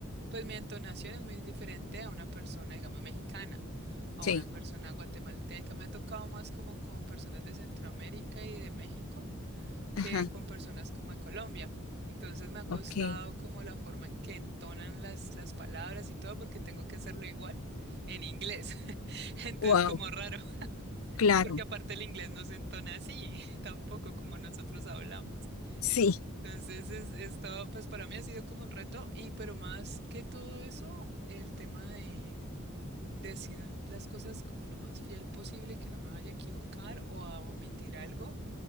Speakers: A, on the right; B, on the left.
A: pues mi entonación es muy diferente a una persona, digamos, mexicana o
B: Sí,
A: a una persona guatemalteca. Me ha tocado más como con personas de Centroamérica y de México que
B: ajá,
A: con personas como de Colombia. Entonces me ha costado
B: ok.
A: como la forma en que entonan las, las palabras y todo porque tengo que hacerlo igual en inglés. <laughs> Entonces
B: Wow,
A: como raro.
B: claro,
A: Porque aparte el inglés no se entona así, <laughs> tampoco como nosotros hablamos.
B: sí,
A: Entonces, es, es todo, pues para mí ha sido como un reto, y pero más que todo eso, el tema de decir las cosas como lo más fiel posible, que no me vaya a equivocar o a omitir algo,